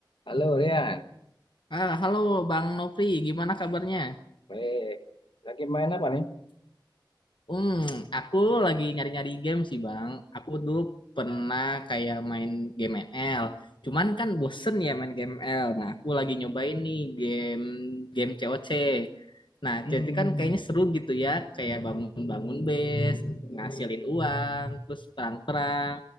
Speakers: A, on the left; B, on the left.
A: Halo Rian,
B: Ah, halo Bang Nopri, gimana kabarnya?
A: baik. Lagi main apa nih?
B: Hmm, aku lagi nyari-nyari game sih Bang. Aku dulu pernah kayak main game ML. Cuman kan bosen ya main game ML. Nah, aku lagi nyobain nih game game C O C. Nah,
A: Hmm,
B: jadi kan kayaknya seru gitu ya, kayak bangun-bangun base, ngasilin uang, terus perang-perang.